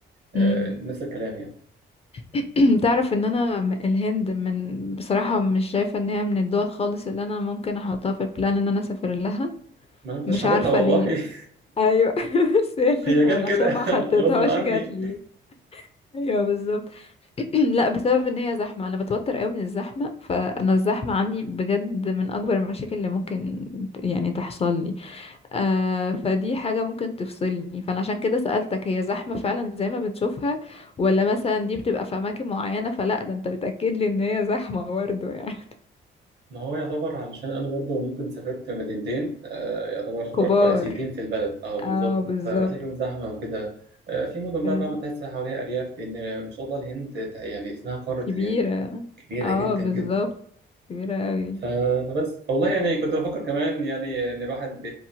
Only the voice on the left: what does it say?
مم.
<clears throat> تعرف ان انا م- الهند من بصراحة مش شايفة ان هي من الدول خالص اللي انا ممكن احطها في البلان ان انا اسافر لها
مش
عارفة
ليه
ايوه <laughs> سالي
انا
عشان ما حطيتهاش
جات لي ايوه بالظبط <clears throat> لا بسبب ان هي زحمه انا بتوتر قوي من الزحمه فانا الزحمه عندي بجد من اكبر المشاكل اللي ممكن ت- يعني تحصل لي آه فدي حاجه ممكن تفصلني فانا عشان كده سالتك هي زحمه فعلا زي ما بنشوفها ولا مثلا دي بتبقى في اماكن معينه فلا ده انت بتاكد لي ان هي زحمه برضه يعني
<laughs> كبار
اه بالظبط
أيوة.
كبيره
اه
بالظبط
كبيره قوي